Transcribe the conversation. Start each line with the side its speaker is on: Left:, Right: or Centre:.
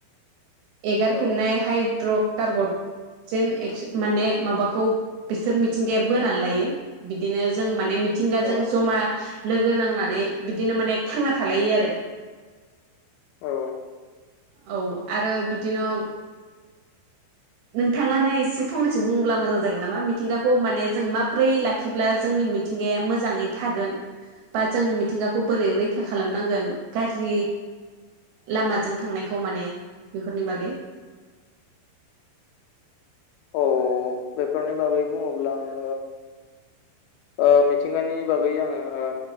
Right: एगार
Left: औ
Right: फिनाय हाइड्र कारबट जेन माने माबाखौ बिसोर मिथिंगाया बोनानै लायो बिदिनो जों माने मिथिंगाजों
Left: औ
Right: जमा लोगो नांनानै बिदिनो माने थांना थालायो आरो।
Left: औ।
Right: औ आरो बिदिनो नोंथाङानो एसे फंनैसो बुङोब्ला मोजां जागोन नामा मिथिंगाखौ माने जों माब्रै लाखिब्ला जोंनि मिथिंगाया मोजाङै थागोन। बा जों मिथिंगाखौ बोरै रैखा खालामनांगोन गाज्रि लामाजों थांनायखौ माने बेफोरनि बागै
Left: औ बेफोरनि बागै बुङोब्ला आङो ओ मिथिंगानि बागै आङो